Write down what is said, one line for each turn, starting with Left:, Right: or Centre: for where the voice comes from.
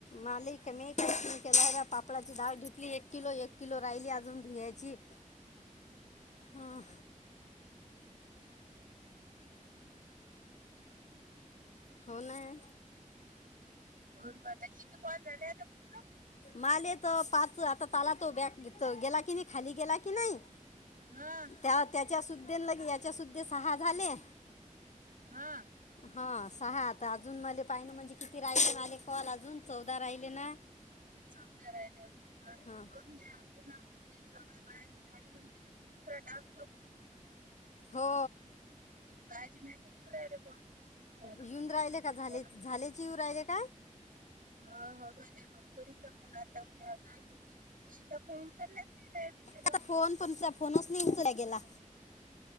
Left: मालिक मी केला पापळाची डाळ धुतली एक किलो, एक किलो राहिली अजून धुयाची.
Right: <unintelligible> <unintelligible>
Left: हं, हो ना
Right: होरू आता किती कॉल झाले आता पूर्ण?
Left: माले त पाच आता ताला तो बॅग गेला की नाही खाली गेला की नाही
Right: हां,
Left: त्या त्याच्या सुद्धे लगे सुद्धे सहा झाले.
Right: हां.
Left: हा सहा आता अजून मले पाहि ना म्हणजे किती राहिले मले कॉल अजून चौदा राहिले ना? <inaudible>
Right: चौदा राहिले आजुन आन
Left: हा
Right: करून घ्या. नाव मग ते सगळ्या बयाचे झाले म्हणते त मग दुसाऱ्या टाक.
Left: हो.
Right: बायाची मेसेज येऊ राहिले पण. कोणी म्हणते झालं
Left: येऊन
Right: कोणी
Left: राहिले
Right: म्हणते नाही
Left: का झालेचे
Right: झालं कोणी
Left: येऊ राहिले का?
Right: हा हो भ त्या लोन करीनचा फोन आलता त्या <unintelligible> तीचा फोन उचलाच नाही
Left: आता
Right: <unintelligible>
Left: फोन तुमचा फोनच नाही उचलला गेला.